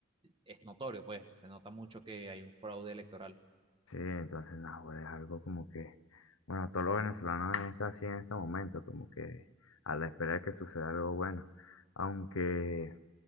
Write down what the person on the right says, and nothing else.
es notorio, pues se nota mucho que hay un fraude electoral.